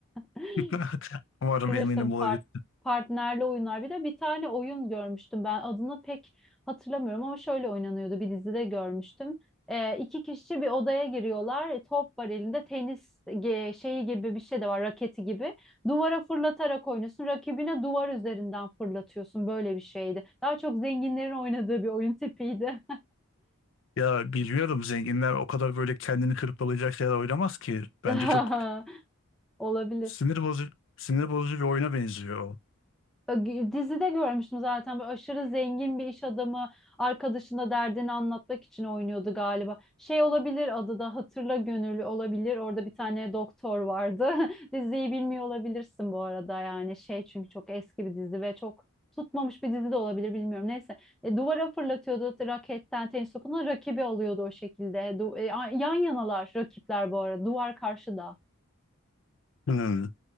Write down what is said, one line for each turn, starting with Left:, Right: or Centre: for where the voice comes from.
Centre: <laughs>
Left: <laughs> Umarım
Centre: Bilirsin
Left: eminim
Centre: part,
Left: olabilir.
Centre: partnerli oyunlar. Bir de bir tane oyun görmüştüm ben adını pek hatırlamıyorum ama şöyle oynanıyordu bir dizide görmüştüm. Ee, iki kişi bir odaya giriyorlar. E, top var elinde tenis ge- şeyi gibi bir şey de var raketi gibi. Duvara fırlatarak oynuyorsun. Rakibine duvar üzerinden fırlatıyorsun. Böyle bir şeydi. Daha çok zenginlerin oynadığı bir oyun tipiydi.
Left: Ya bilmiyorum zenginler o kadar böyle kendini hırpalayacak şeyler oynamaz ki. Bence
Centre: <laughs>
Left: çok
Centre: Olabilir.
Left: sinir bozucu sinir bozucu bir oyuna benziyor. o.
Centre: Ö- Dizide görmüştüm zaten böyle aşırı zengin bir iş adamı arkadaşına derdini anlatmak için oynuyordu galiba. Şey olabilir adı da Hatırla Gönüllü olabilir. Orada bir tane doktor vardı. <laughs> Diziyi bilmiyor olabilirsin bu arada yani şey çünkü çok eski bir dizi ve çok tutmamış bir dizi de olabilir bilmiyorum. Neyse E, duvara fırlatıyordu raketten tenis topunu rakibi alıyordu o şekilde. Du- e, a- yan yanalar rakipler bu arada duvar karşıda.
Left: Hmm,